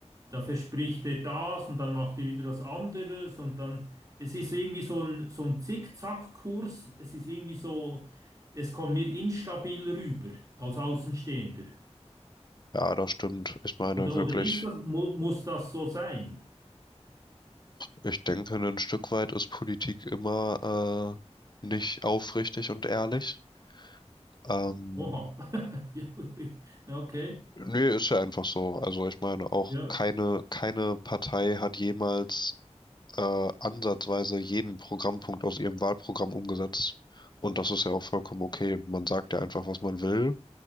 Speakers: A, on the right; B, on the left.
A: Da verspricht er das und dann macht er wieder was anderes und dann, es ist irgendwie so ein, so ein Zickzackkurs, es ist irgendwie so, es kommt mir instabil rüber als Außenstehender.
B: ja, das stimmt. Ich meine
A: Oder,
B: wirklich,
A: oder ist das, mu muss das so sein?
B: ich denke, ein Stück weit ist Politik immer äh, nicht aufrichtig und ehrlich. Ähm,
A: Oha. <laughs> Ja, okay.
B: nee, ist ja einfach so. Also ich meine auch
A: Ja.
B: keine, keine Partei hat jemals äh, ansatzweise jeden Programmpunkt aus ihrem Wahlprogramm umgesetzt. Und das ist ja auch vollkommen okay. Man sagt ja einfach, was man will.